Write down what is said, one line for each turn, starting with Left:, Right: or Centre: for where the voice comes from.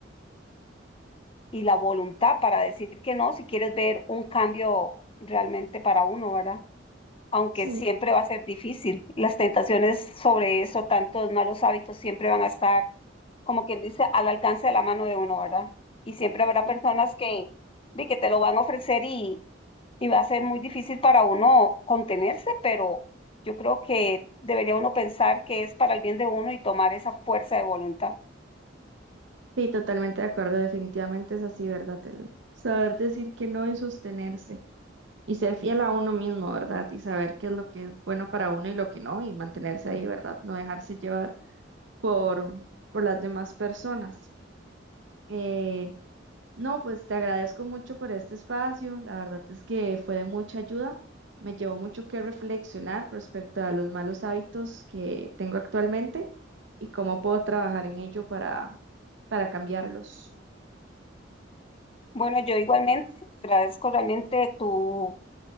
Left: y la voluntad para decir que no si quieres ver un cambio realmente para uno, ¿verdad? Aunque
Right: Sí,
Left: siempre va a ser difícil. Las tentaciones sobre eso, tantos malos hábitos, siempre van a estar, como quien dice, al alcance de la mano de uno, ¿verdad? Y siempre habrá
Right: sí,
Left: personas que, de que te lo van a ofrecer y, y va a ser muy difícil para uno contenerse, pero yo creo que debería uno pensar que es para el bien de uno y tomar esa fuerza de voluntad.
Right: sí, totalmente de acuerdo, definitivamente es así, ¿verdad? El saber decir que no y sostenerse. Y ser fiel a uno mismo, ¿verdad? Y saber qué es lo que es bueno para uno y lo que no, y mantenerse ahí, ¿verdad? No dejarse llevar por, por las demás personas. Eh, No, pues te agradezco mucho por este espacio. La verdad es que fue de mucha ayuda. Me llevó mucho que reflexionar respecto a los malos hábitos que tengo actualmente y cómo puedo trabajar en ello para, para cambiarlos.
Left: Bueno, yo igualmente te agradezco realmente tu,